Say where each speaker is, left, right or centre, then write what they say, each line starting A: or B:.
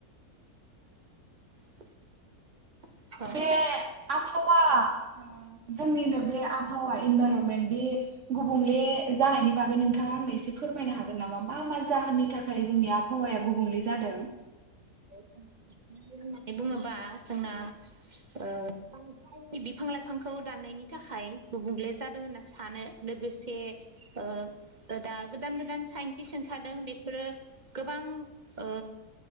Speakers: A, on the right; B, on the right.
A: <inaudible> औ
B: बे
A: खोनादों
B: आब हावा ओ जोंनिनो बे आबहावा इनभाइरनमेन्ट बे गुबुंले जानायनि बागै नोंथाङा आंनो एसे फोरमायनो हागोन नामा मा मा जाहोननि थाखाय जोंनि आबहावाया गुबुंले जादों?
A: <unintelligible> होननानै बुङोबा जोंना ओ बांद्राय बिफां लाइफांखौ दाननायनि थाखाय गुबुंले जादों होनना सानो लोगोसे ओ दा गोदान गोदान साइन्टिस्ट ओंखारदों बेफोरो गोबां ओ